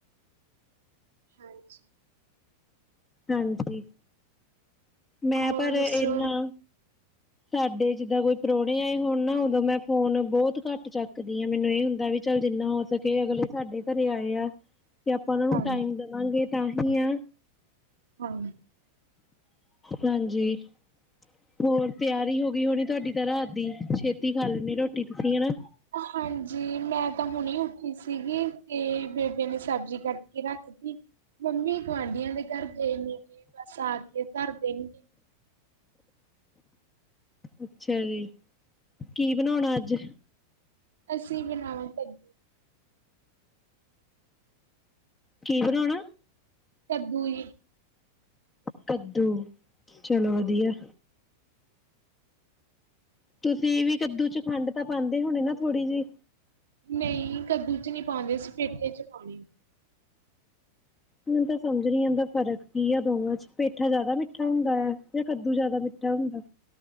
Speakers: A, on the right; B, on the left.
A: ਹਾਂਜੀ।
B: ਹਾਂਜੀ, ਮੈਂ
A: ਹੋਰ
B: ਪਰ ਏਨਾ
A: ਦੱਸੋ
B: ਸਾਡੇ ਜਿੱਦਾਂ ਕੋਈ ਪ੍ਰਾਹੁਣੇ ਆਏ ਹੋਣ ਨਾ, ਉਦੋਂ ਮੈਂ ਫੋਨ ਬਹੁਤ ਘੱਟ ਚੱਕਦੀ ਆ, ਮੈਨੂੰ ਇਹ ਹੁੰਦਾ ਵੀ ਚੱਲ ਜਿੰਨਾ ਹੋ ਸਕੇ, ਅਗਲੇ ਸਾਡੇ ਘਰੇ ਆਏ ਆ। ਕਿ ਆਪਾਂ ਉਹਨਾਂ ਨੂੰ
A: ਹਾਂਜੀ
B: ਟਾਈਮ ਦੇਵਾਂਗੇ, ਤਾਂ ਹੀ ਆ।
A: ਹਾਂ।
B: ਹਾਂਜੀ, ਹੋਰ? ਤਿਆਰੀ ਹੋ ਗਈ ਹੋਣੀ ਤੁਹਾਡੀ ਤਾਂ ਰਾਤ ਦੀ, ਛੇਤੀ ਖਾ ਲੈਂਦੇ ਰੋਟੀ ਤੁਸੀਂ ਹਨਾ?
A: ਹਾਂਜੀ, ਮੈਂ ਤਾਂ ਹੁਣੇ ਉੱਠੀ ਸੀਗੀ ਤੇ ਬੇਬੇ ਨੇ ਸਬਜ਼ੀ ਕੱਟਕੇ ਰੱਖ ਤੀ, ਮੰਮੀ ਗੁਆਂਢੀਆਂ ਦੇ ਘਰ ਗਏ ਨੇ, ਤੇ ਬਸ ਆ ਕੇ ਧਰ ਦੇਣਗੇ।
B: ਅੱਛਾ ਜੀ। ਕੀ ਬਣਾਉਣਾ ਅੱਜ?
A: ਅਸੀ ਬਣਾਵਾਂਗੇ ਕੱਦੂ।
B: ਕੀ ਬਣਾਉਣਾ?
A: ਕੱਦੂ ਜੀ।
B: ਕੱਦੂ, ਚਲੋ ਵਧੀਆ। ਤੁਸੀਂ ਵੀ ਕੱਦੂ ਚ ਖੰਡ ਤਾਂ ਪਾਂਦੇ ਹੋਣੇ ਨਾ ਥੋੜੀ ਜੇਈ?
A: ਨਹੀਂ ਕੱਦੂ ਚ ਨਹੀਂ ਪਾਂਦੇ, ਅਸੀ ਪੇਠੇ ਚ ਪਾਉਣੇ ਆ।
B: ਮੈਨੂੰ ਤਾਂ ਸਮਝ ਨੀ ਆਦਾ ਫ਼ਰਕ ਕੀ ਆ ਦੋਵਾਂ ਚ, ਪੇਠਾ ਜਾਦਾ ਮਿੱਠਾ ਹੁੰਦੈ ਆ? ਜਾਂ ਕੱਦੂ ਜਾਦਾ ਮਿੱਠਾ ਹੁੰਦਾ?